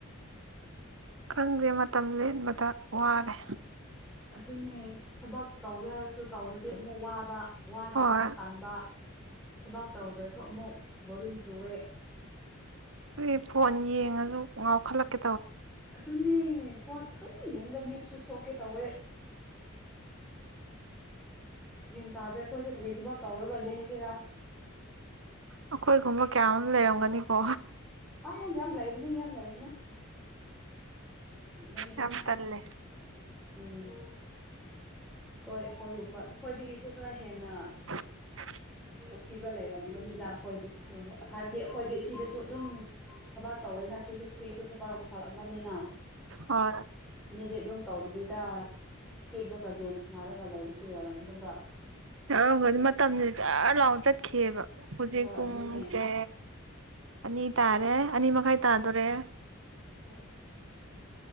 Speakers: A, on the right (about 65°); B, in the centre.
A: ꯀꯥꯡꯪꯁꯦ ꯃꯇꯝ ꯂꯦꯟꯕꯗ ꯋꯥꯔꯦ
B: ꯑꯗꯨꯅꯦ ꯊꯕꯛ ꯇꯧꯒꯦ ꯍꯥꯏꯔꯁꯨ ꯇꯧꯔꯗꯤ ꯑꯃꯨꯛ ꯋꯥꯕ ꯋꯥꯔꯒ
A: ꯍꯣꯏ
B: ꯑꯃꯨꯛ ꯇꯥꯟꯕ ꯊꯕꯛ ꯇꯧꯗ꯭ꯔꯁꯨ ꯑꯃꯨꯛ ꯕꯣꯔꯤꯡ ꯆꯨꯋꯦ
A: ꯑꯩ ꯐꯣꯟ ꯌꯦꯡꯉꯁꯨ ꯉꯥꯎꯈꯠꯂꯛꯀ
B: ꯑꯗꯨꯅꯦ ꯐꯣꯟ ꯑꯗꯨꯝ ꯌꯦꯡꯒ ꯃꯤꯠꯁꯨ ꯁꯣꯛꯀꯦ ꯇꯧꯋꯦ ꯒ꯭ꯌꯥꯟ ꯇꯥꯗ꯭ꯔꯦ ꯑꯩꯈꯣꯏꯁꯦ ꯀꯔꯤ ꯊꯕꯛ ꯇꯧꯔꯒ ꯂꯦꯟꯁꯤꯔꯥ
A: ꯑꯩꯈꯣꯏꯒꯨꯝꯕ ꯀꯌꯥ ꯑꯃ ꯂꯩꯔꯝꯒꯅꯤꯀꯣ
B: ꯑ ꯌꯥꯝ ꯂꯩꯕꯅꯦ ꯌꯥꯝ ꯂꯩꯕꯅꯦ ꯂꯕꯨꯅꯦ
A: ꯌꯥꯝ ꯇꯜꯂꯦ
B: ꯎꯝ ꯍꯈꯣꯏ ꯑꯩꯈꯣꯏꯒꯨꯝꯕ ꯑꯩꯈꯣꯏꯗꯒꯤꯁꯨ ꯈꯔ ꯍꯦꯟꯅ
A: <inaudible>
B: ꯁꯥꯊꯤꯕ ꯂꯩꯔꯝꯒꯅꯤꯅ ꯑꯩꯈꯣꯏꯗꯒꯤꯁꯨ ꯍꯦꯛ ꯍꯥꯏꯕꯗꯤ ꯑꯩꯈꯣꯏꯗꯤ ꯁꯤꯗꯁꯨ ꯑꯗꯨꯝ ꯊꯕꯥꯛ ꯇꯧꯋꯩꯅ ꯁꯤꯁꯦ ꯁꯤꯁꯨ ꯊꯕꯛ ꯃꯈꯜ ꯑꯃꯅꯤꯅ
A: ꯍꯣꯏ
B: ꯃꯤꯗꯤ ꯑꯗꯨꯝ ꯇꯧꯗꯕꯤꯗ ꯍꯦꯞꯂꯒ ꯒꯦꯝꯁ ꯅꯥꯔꯒ ꯂꯩꯕꯁꯨ ꯌꯥꯎꯔꯝꯅꯦꯕ
A: ꯌꯥꯒꯗꯤ ꯃꯇꯝꯁꯦ ꯖꯔ ꯂꯥꯎꯅ ꯆꯠꯈꯤꯑꯕ ꯍꯧꯖꯤꯛ
B: ꯍꯣꯏ
A: ꯄꯨꯡꯁꯦ
B: ꯑꯗꯨꯅꯦ
A: ꯑꯅꯤ ꯇꯥꯔꯦ ꯑꯅꯤ ꯃꯈꯥꯏ ꯇꯥꯗꯣꯔꯦ
B: ꯅ